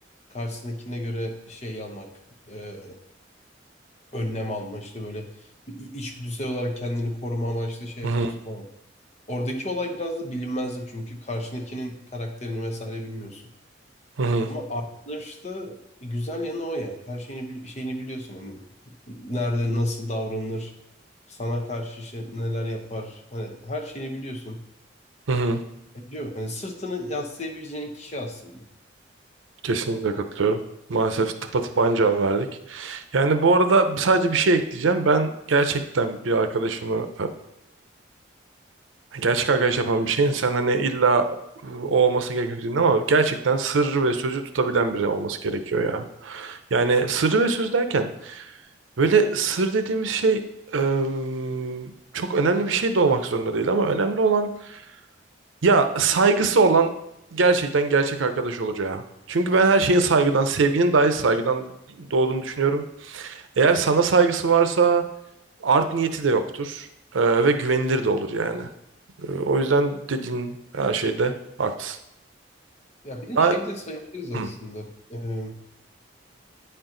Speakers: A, on the left; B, on the right.
A: karşısındakine göre şey almak, e, önlem alma işte böyle bir i- içgüdüsel olarak kendini koruma amaçlı şey
B: hı
A: yapıyorsun
B: hı
A: falan. Oradaki olay biraz da bilinmezlik çünkü karşındakinin karakterini vesaire bilmiyorsun.
B: hı hı
A: Ama arkadaşta güzel yanı o ya. Her şeyini bil- şeyini biliyorsun. Yani nerede nasıl davranılır, sana karşı şey- neler yapar. Hani her şeyini biliyorsun.
B: hı hı.
A: E, Diyor. Hani sırtını yaslayabileceğin kişi aslında.
B: Kesinlikle katılıyorum. Maalesef tıpatıp aynı cevabı verdik. Yani bu arada sadece bir şey ekleyeceğim. Ben gerçekten bir arkadaşımı Gerçek arkadaş yapan bir şeyin sen hani illa o olması gerekiyor dedin ama gerçekten sır ve sözü tutabilen biri olması gerekiyor ya. Yani sır ve söz derken böyle sır dediğimiz şey em, çok önemli bir şey de olmak zorunda değil ama önemli olan ya saygısı olan gerçekten gerçek arkadaş olur ya. Çünkü ben her şeyin saygıdan, sevginin dahi saygıdan doğduğunu düşünüyorum. Eğer sana saygısı varsa art niyeti de yoktur e, ve güvenilir de olur yani. O yüzden dediğin her şeyde haklısın.
A: Ya bir de
B: Ha-
A: şey de sayabiliriz aslında.
B: Hı hı.
A: Ee,